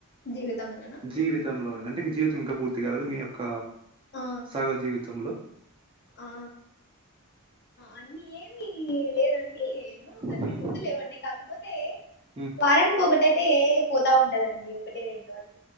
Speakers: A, on the left; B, on the right.
A: జీవితంలోన
B: జీవితంలోనం టి జీవితం ఇంకా పూర్తి కాలదు మీ యొక్క
A: ఆ
B: సగ జీవితంలో
A: ఆ అన్నీ ఏమి లేదండి ఎన్నో కాన్ని
B: హ్మ్.
A: గుర్తు లేవండి కాకపోతే
B: హ్మ్.
A: వారాన్ ఒకటైతే తే పోతా ఉంటదండి ఒకటి రెండో అది